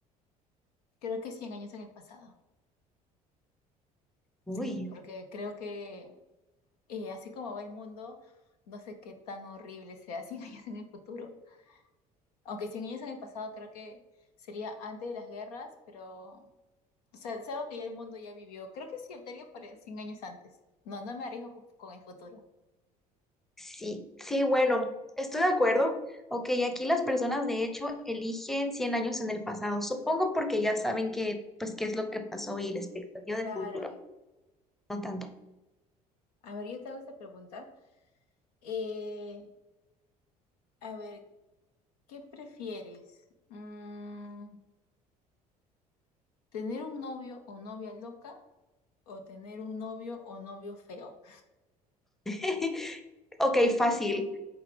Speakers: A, on the left; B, in the centre.
A: creo que 100 años en el pasado.
B: Uy,
A: Sí, porque creo que Y así como va el mundo, no sé qué tan horrible sea <laughs> 100 años en el futuro. Aunque 100 años en el pasado creo que sería antes de las guerras, pero... O sea, es algo que ya el mundo ya vivió. Creo que sí, optaría por el 100 años antes. No, no me arriesgo con, con el futuro.
B: Sí, sí, bueno, estoy de acuerdo. Ok, aquí las personas de hecho eligen 100 años en el pasado, supongo porque ya saben que, pues, qué es lo que pasó y la expectativa del
A: Claro.
B: futuro,
A: eh.
B: no tanto.
A: A ver, yo te hago esta pregunta. Eh, A ver, ¿qué prefieres? Mm, ¿tener un novio o novia loca o tener un novio o novio feo?
B: <laughs> Ok, fácil.